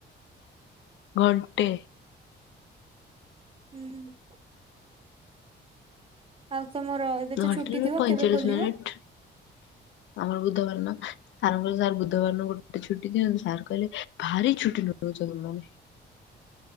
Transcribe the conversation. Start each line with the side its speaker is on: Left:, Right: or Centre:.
Left: ଘଣ୍ଟେ।
Right: ହୁଁ <inaudible> ଆଉ ତମର ଏବେ
Left: ଘଣ୍ଟେ
Right: ତ ଛୁଟି
Left: ନୁହଁ
Right: ଥିବ।
Left: ପଇଁଚାଳିଶ
Right: କେବେ ଖୋଲିବ?
Left: ମିନିଟ୍ ଆମର ବୁଧବାର ଦିନ। ସାର୍ ଙ୍କୁ କହିଲୁ ସାର୍ ବୁଧବାର ଦିନ ଗୋଟେ ଛୁଟି ଦିଅନ୍ତୁ। ସାର୍ କହିଲେ ଭାରି ଛୁଟି ନଉଛ ତମେ ମାନେ।